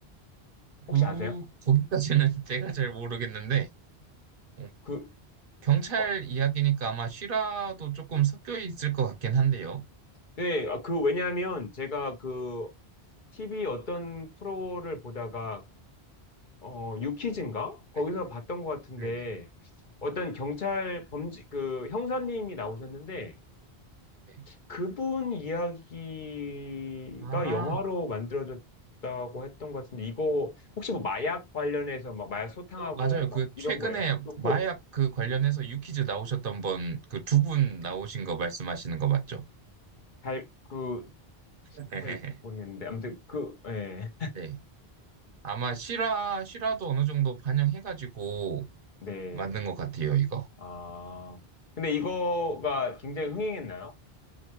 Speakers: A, on the left; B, on the right.
A: 혹시
B: 그
A: 아세요?
B: 거기까지는 <laughs> 제가 잘 모르겠는데 어,
A: 그
B: 경찰
A: 어,
B: 이야기니까 아마 실화도 조금 섞여 있을 것 같긴 한데요.
A: 네, 아, 그 왜냐하면 제가 그 TV 어떤 프로를 보다가 어 유퀴즈인가 거기서
B: 네,
A: 봤던 것 같은데
B: 네네.
A: 어떤 경찰 범죄 그 형사님이 나오셨는데
B: 네.
A: 그분 이야기가
B: 아.
A: 영화로 만들어졌다고 했던 것 같은데, 이거 혹시 뭐 마약 관련해서 막 마약 소탕하고
B: 오, 맞아요.
A: 막
B: 그
A: 이런
B: 최근에
A: 거예요? 그폭
B: 마약 그 관련해서 유퀴즈 나오셨던 분, 그 두 분 나오신 거 말씀하시는 거 맞죠?
A: 잘, 그,
B: <laughs>
A: 잘 모르겠는데. 아무튼 그, 예.
B: 네. 아마 실화, 실화도 어느 정도 반영해가지고
A: 네.
B: 만든 것 같아요, 이거.
A: 아. 근데 이거가 굉장히 흥행했나요?